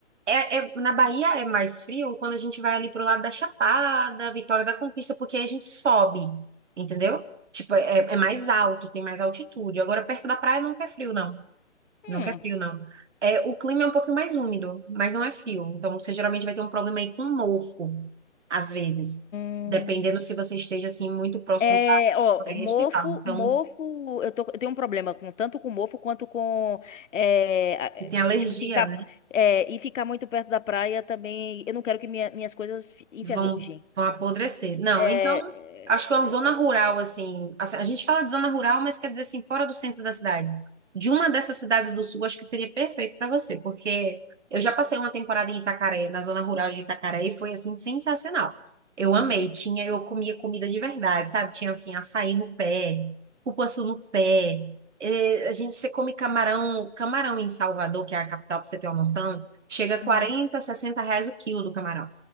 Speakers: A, on the right; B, on the left.
A: É, é- na Bahia é mais frio quando a gente vai ali pro lado da Chapada, Vitória da Conquista, porque aí a gente sobe, entendeu? Tipo, é, é mais alto, tem mais altitude. Agora, perto da praia nunca é frio, não.
B: Hum.
A: Nunca é frio, não. É, o clima é um pouquinho mais úmido, mas não é frio. Então, você geralmente vai ter um problema aí com mofo, às vezes.
B: Hum.
A: Dependendo se você esteja, assim, muito próximo
B: É,
A: da
B: ó,
A: floresta
B: mofo,
A: e tal. Então,
B: mofo, eu tô, eu tenho um problema com tanto com mofo quanto com, é, a- é,
A: se tem alergia,
B: tipo, ficar, é, e ficar muito perto da praia também, eu não quero que minha- minhas coisas fi- enferrujem.
A: vão, vão apodrecer. Não,
B: É,
A: então,
B: é,
A: acho que é uma zona
B: eu-
A: rural, assim, assim, a gente fala de zona rural, mas quer dizer, assim, fora do centro da cidade. De uma dessas cidades do sul, acho que seria perfeito para você, porque eu já passei uma temporada em Itacaré, na zona rural de Itacaré, e foi, assim, sensacional. Eu amei, tinha, eu comia comida de verdade, sabe? Tinha, assim, açaí no pé, cupuaçu no pé, eh, a gente, você come camarão, camarão em Salvador, que é a capital, pra você ter uma noção, chega a
B: Uhum.
A: 40, 60 reais o quilo do camarão.